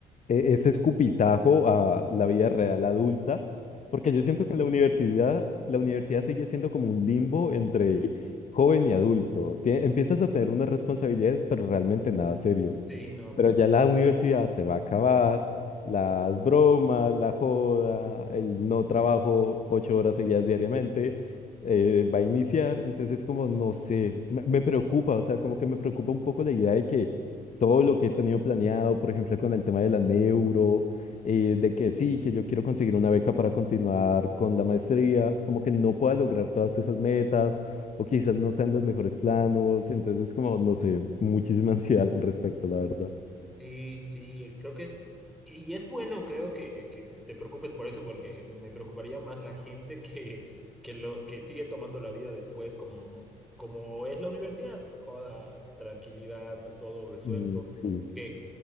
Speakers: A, on the left (about 35°); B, in the centre.
A: e- ese escupitajo a la vida real adulta, porque
B: <laughs>
A: yo siento que en la universidad, la universidad sigue siendo como un limbo entre joven y adulto, Tie- empiezas a tener unas responsabilidades, pero realmente nada serio.
B: sí, no.
A: Pero ya la universidad se va a acabar, las bromas, la joda, el no trabajo ocho horas seguidas diariamente, eh, va a iniciar, entonces como no sé, me, me preocupa, o sea, como que me preocupa un poco la idea de que todo lo que he tenido planeado, por ejemplo, con el tema de la neuro, eh, de que sí, que yo quiero conseguir una beca para continuar con la maestría, como que no pueda lograr todas esas metas o quizás no sean los mejores planos, entonces como, no sé, muchísima <laughs> ansiedad al respecto, la verdad.
B: Sí, sí, eh, creo que es, y es bueno, creo que, que te preocupes por eso, porque me preocuparía más la gente que, que lo, que sigue tomando la vida después como, como es la universidad, joda, tranquilidad, está todo resuelto,
A: Mm, Sí,
B: que